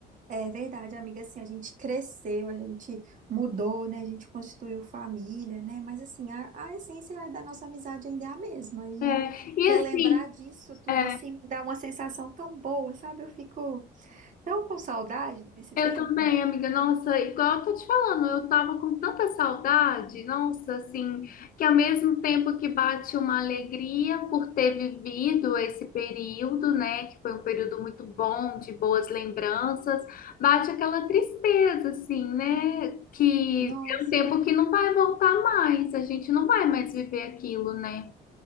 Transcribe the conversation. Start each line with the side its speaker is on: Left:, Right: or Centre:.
Right: É verdade, amiga. Assim, a gente cresceu, a gente mudou, né? A gente constituiu família, né? Mas assim, a, a essência da nossa amizade ainda é a mesma. E
Left: É, e
Right: relembrar
Left: assim,
Right: disso tudo
Left: é,
Right: assim me dá uma sensação tão boa, sabe? Eu fico tão com saudade desse
Left: Eu
Right: tempo.
Left: também, amiga. Nossa, igual eu tô te falando, eu tava com tanta saudade, nossa, assim, que ao mesmo tempo que bate uma alegria por ter vivido esse período, né, que foi um período muito bom, de boas lembranças, bate aquela tristeza, assim, né, que
Right: Nossa.
Left: é um tempo que não vai voltar mais, a gente não vai mais viver aquilo, né?